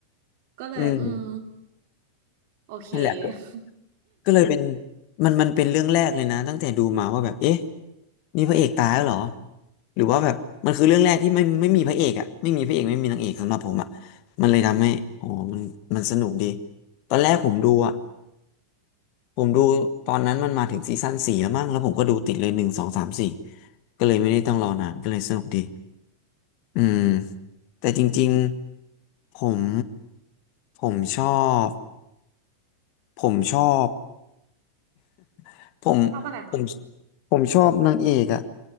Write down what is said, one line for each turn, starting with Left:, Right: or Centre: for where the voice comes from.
Left: <laughs>
Right: ก็เลยอืม
Left: อืม
Right: โอเค
Left: นั่นแหละ
Right: <laughs>
Left: ก็เลยเป็นมันมันเป็นเรื่องแรกเลยนะตั้งแต่ดูมาว่าแบบเอ๊ะนี่พระเอกตายแล้วเหรอหรือว่าแบบมันคือเรื่องแรกที่ไม่ไม่มีพระเอกอ่ะไม่มีพระเอกไม่มีนางเอกสำหรับผมอ่ะมันเลยทำให้อ๋อมันมันสนุกดีตอนแรกผมดูอ่ะ
Right: อืม
Left: ผมดูตอนนั้นมันมาถึงซีซั่นสี่แล้วมั้งแล้วผมก็ดูติดเลยหนึ่งสองสามสี่ก็เลยไม่ได้ต้องรอนานก็เลยสนุกดีอืมแต่จริงๆผมผมชอบผมชอบ <laughs> ผม
Right: ชอบอะไรคะ
Left: ผม ผมชอบนางเอกอะ